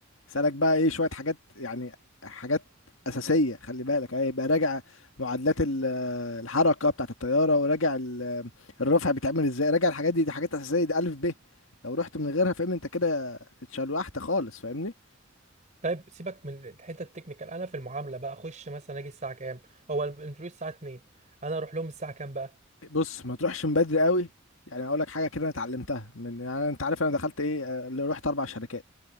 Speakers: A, on the left; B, on the right.
A: يسألك بقى ايه شوية حاجات يعني حاجات أساسية خلي بالك يعني يبقى راجع معادلات ال- الحركة بتاعة الطيارة وراجع ال- الرفع بيتعمل ازاي راجع الحاجات دي دي حاجات أساسية دي ألف ب لو رحت من غيرها فاهمني انت كده اتشلوحت خالص فاهمني
B: طيب سيبك من الحته التكنيكال انا في المعامله بقى اخش مثلا اجي الساعه كام هو الانترفيو الساعه 2 انا اروح لهم الساعه كام بقى
A: بص ما تروحش من بدري قوي يعني اقول لك حاجه كده انا اتعلمتها من يعني انت عارف انا دخلت ايه آه، اللي رحت اربع شركات